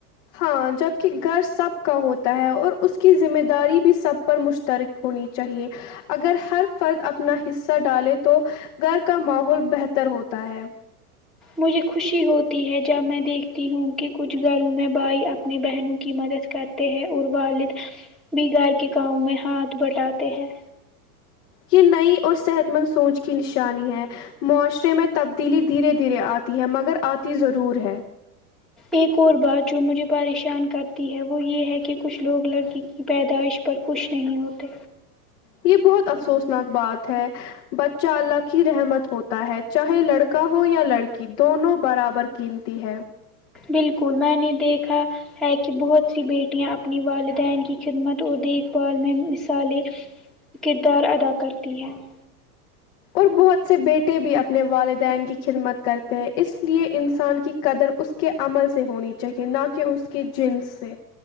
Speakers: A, on the left; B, in the centre.
A: ہاں جبک گھر سب کا ہوتا ہے اور اس کی ذمہ داری بھی سب پر مشترک ہونی چاہیے اگر ہر فرد اپنا حصہ ڈالے تو گھر کا ماحول بہتر ہوتا ہے
B: مجھے خوشی ہوتی ہے جب میں دیکھتی ہوں کہ کچھ گھروں میں بھائی اپنے بہنوں کی مدد کرتے ہیں اور والد بھی گھر کے کاؤ میں ہاتھ بٹاتے ہیں
A: یہ نئی اور صحت مند سوچ کی نشانی ہے معاشرے میں تبدیلی دھیرے دھیرے آتی ہے مگر آتی ضرور ہے
B: ایک اور بات جو مجھے پریشان کرتی ہے وہ یہ ہے کہ کچھ لوگ لڑکی کی پیدائش پر خوش نہیں ہوتے
A: یہ بہت افسوسناک بات ہے بچہ اللہ کی رحمت ہوتا ہے چاہے لڑکا ہو یا لڑکی دونوں برابر قیمتی ہے
B: بالکل میں نے دیکھا <unintelligible> ہے کہ بہت سی بیٹیاں اپنی والدین کی خدمت اور دیکھ بھال میں مثالیں کردار ادا کرتی ہیں <inaudible>
A: اور بہت سے بیٹے بھی اپنے والدین کی خدمت کرتے ہیں اس لیئے انسان کی قدر اس کے عمل سے ہونی چاہیے نہ کہ اس کے جنس سے